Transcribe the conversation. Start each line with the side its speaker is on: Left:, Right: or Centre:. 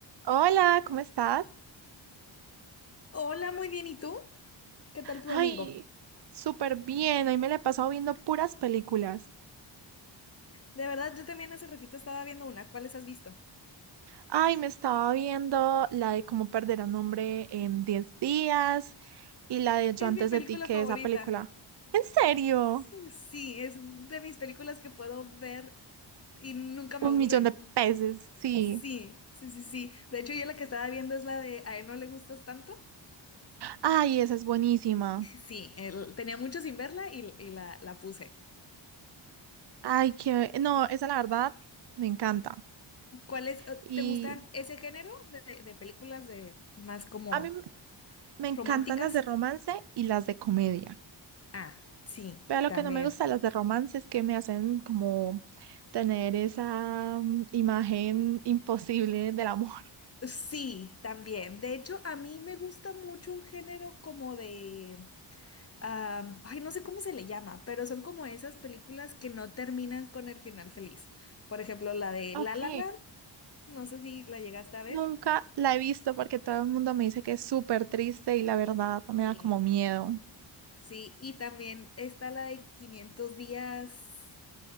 Right: Hola, ¿cómo estás?
Left: Hola, muy bien. ¿Y tú? ¿Qué tal tu
Right: Ay,
Left: domingo?
Right: súper bien. Hoy me la he pasado viendo puras películas.
Left: De verdad, yo también hace ratito estaba viendo una. ¿Cuáles has visto?
Right: Ay, me estaba viendo la de Cómo perder a un hombre en 10 días y la de Yo
Left: Es
Right: antes
Left: mi película
Right: de ti, que
Left: favorita.
Right: esa película. ¿En serio?
Left: Sí, sí, es de mis películas que puedo ver y nunca
Right: Un
Left: me aburren.
Right: millón de peces, sí.
Left: Sí, sí, sí, sí. De hecho, yo la que estaba viendo es la de A él no le gustas tanto.
Right: Ay, esa es buenísima.
Left: Y sí, sí, el- tenía mucho sin verla y, y la, la puse.
Right: Ay, que... No, esa la verdad me encanta.
Left: ¿Cuál es, eh,
Right: Y
Left: te gustan ese género de, de de películas de más como
Right: a mí me encantan
Left: románticas?
Right: las de romance y las de comedia.
Left: Ah, sí,
Right: Pero lo
Left: también.
Right: que no me gusta de las de romance es que me hacen como tener esa mm, imagen imposible del amor. <laughs>
Left: Sí, también. De hecho, a mí me gusta mucho un género como de, am, ay, no sé cómo se le llama, pero son como esas películas que no terminan con el final feliz. Por ejemplo, la de
Right: Ok.
Left: La La Land, no sé si la llegaste a ver.
Right: Nunca la he visto porque todo el mundo me dice que es súper triste y la verdad me
Left: Sí.
Right: da como miedo.
Left: Sí, y también está la de Quinientos días,